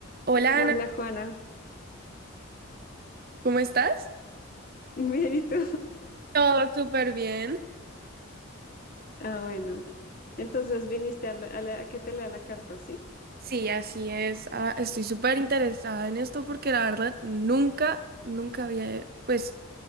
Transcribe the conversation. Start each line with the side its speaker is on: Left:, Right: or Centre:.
Right: Hola
Left: Hola
Right: Ana,
Left: Juana,
Right: ¿cómo estás?
Left: <laughs> bien ¿y tú?
Right: Todo súper bien.
Left: Ah, bueno. Entonces viniste a, la- a la- a que te lea la carta, ¿sí?
Right: Sí, así es. Ah, estoy súper interesada en esto porque la verdad nunca, nunca había pues